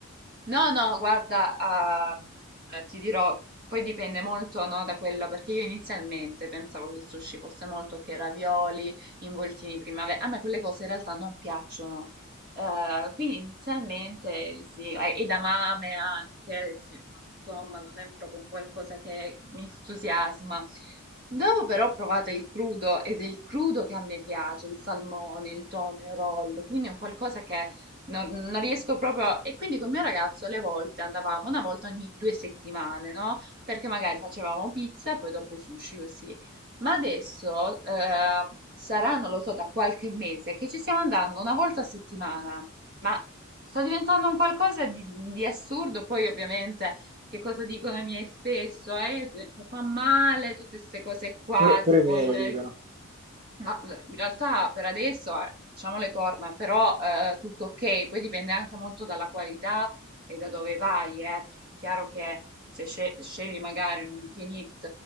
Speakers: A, on the right; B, on the right.
A: No, no, guarda, ah, eh, ti dirò, poi dipende molto, no, da quello, perché io inizialmente pensavo che il sushi fosse molto che ravioli, involtini primavera, a me quelle cose in realtà non piacciono, Eh, quindi inizialmente sì, e e edamame anche, sì, insomma, non è proprio qualcosa che mi entusiasma. Dopo però provate il crudo, ed è il crudo che a me piace, il salmone, il tonno, il roll, quindi è un qualcosa che... Non, non riesco proprio. E quindi col mio ragazzo alle volte andavamo una volta ogni due settimane, no? Perché magari facevamo pizza, e poi dopo sushi così. Ma adesso eh, sarà, non lo so, da qualche mese che ci stiamo andando una volta a settimana. Ma sta diventando un qualcosa di, di assurdo. Poi, ovviamente, che cosa dicono i miei spesso? eh, che fa male, tutte queste cose qua,
B: pure, pure
A: tipo
B: i miei
A: il,
B: lo
A: il
B: dicono.
A: ma eh, in realtà per adesso eh, facciamo le corna, però eh, tutto ok, poi dipende anche molto dalla qualità e da dove vai, eh, perché è chiaro che se sce- scegli magari un all you can eat,